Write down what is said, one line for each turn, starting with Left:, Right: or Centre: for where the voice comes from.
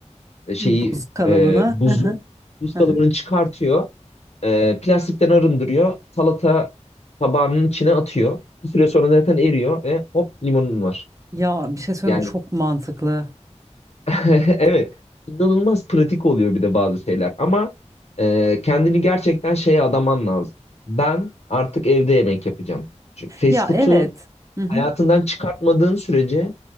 Left: e, şeyi
Right: Buz kalıbını.
Left: e, buzu.
Right: Hı hı.
Left: Buz kalıbını
Right: Hı hı.
Left: çıkartıyor. E, plastikten arındırıyor. Salata tabağının içine atıyor. Bir süre sonra zaten eriyor ve hop limonun var.
Right: Ya bir şey söyleyeyim
Left: Yani
Right: mi? çok mantıklı.
Left: <laughs> Evet. inanılmaz pratik oluyor bir de bazı şeyler. Ama e, kendini gerçekten şeye adaman lazım. Ben artık evde yemek yapacağım. Çünkü fast
Right: Ya
Left: food'u
Right: evet. Hı hı.
Left: hayatından çıkartmadığın sürece